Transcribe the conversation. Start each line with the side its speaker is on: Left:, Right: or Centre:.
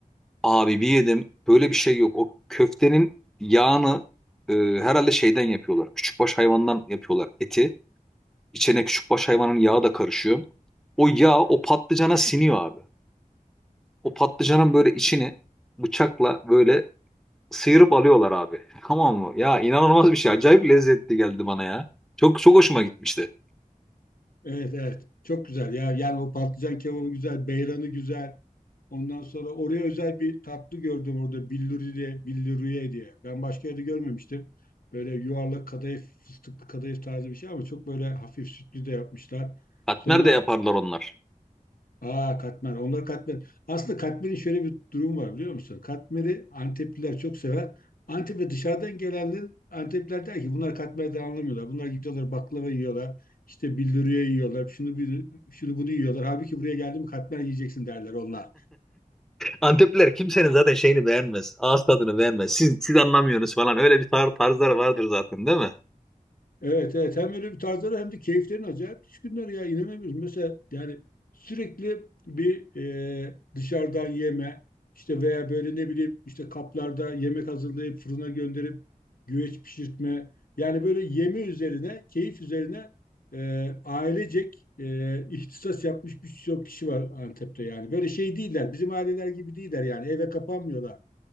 Centre: Abi bir yedim. Böyle bir şey yok. O köftenin yağını e, herhalde şeyden yapıyorlar. Küçükbaş hayvandan yapıyorlar eti. İçine küçükbaş hayvanın yağı da karışıyor. O yağ o patlıcana siniyor abi. O patlıcanın böyle içini bıçakla böyle sıyırıp alıyorlar abi. <laughs> Tamam mı? Ya inanılmaz bir şey. Acayip lezzetli geldi bana ya. Çok çok hoşuma gitmişti.
Left: Evet, evet. Çok güzel ya. Yani o patlıcan kebabı güzel, beyranı güzel. Ondan sonra oraya özel bir tatlı gördüm orada billuri diye, billuriye diye. Ben başka yerde görmemiştim. Böyle yuvarlak kadayıf, fıstıklı kadayıf tarzı bir şey ama çok böyle hafif sütlü de yapmışlar.
Centre: Katmer
Left: Sonra
Centre: de yaparlar onlar.
Left: aa katmer, onlar katmer. Aslında katmerin şöyle bir durum var biliyor musun? Katmeri Antepliler çok sever. Antep ve dışarıdan gelenler Antepliler der ki bunlar katmerden anlamıyorlar. Bunlar gidiyorlar baklava yiyorlar. İşte billuriye yiyorlar. Şunu, bir- şunu bunu yiyorlar. Halbuki buraya geldi mi katmer yiyeceksin derler onlar.
Centre: Antepliler kimsenin zaten şeyini beğenmez. Ağız tadını beğenmez. Siz, siz anlamıyorsunuz falan. Öyle bir tar tarzları vardır zaten değil mi?
Left: Evet evet hem öyle bir tarzları hem de keyiflerin acayip düşkünler ya inanamıyoruz. Mesela yani sürekli bir e, dışarıdan yeme işte veya böyle ne bileyim işte kaplarda yemek hazırlayıp fırına gönderip güveç pişirtme. Yani böyle yeme üzerine keyif üzerine e, ailecek e, ihtisas yapmış birçok kişi var Antep'te yani. Böyle şey değiller bizim aileler gibi değiller yani eve kapanmıyorlar.